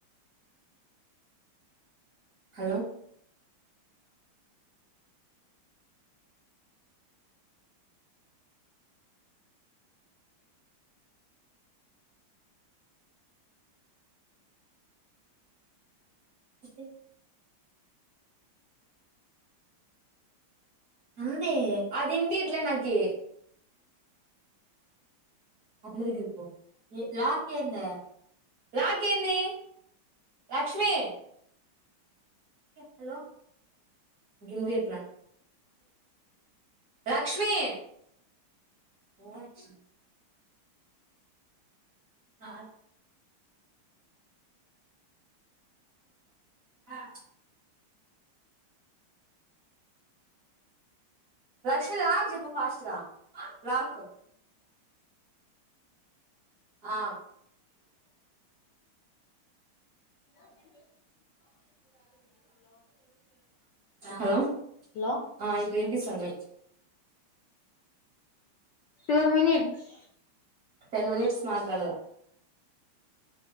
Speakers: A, on the right; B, on the left.
A: హలో! <inaudible> అంతే దిండి ఇట్ల నాకి అక్క దగ్గరికి పో ఏ లాక్ ఏందే లాక్ ఏంది లక్ష్మి హలో <unintelligible> లక్ష్మి లక్ష్ ఆ అ లక్ష్మీ లాక్ చెప్పు ఫస్ట్గా లాక్ ఆ
B: అ
A: హలో
B: హలో
A: ఆ ఇప్పుడ్ ఇన్పిస్తాంది.
B: టూ మినిట్స్
A: టెన్ మినిట్స్ మాట్లాడాలా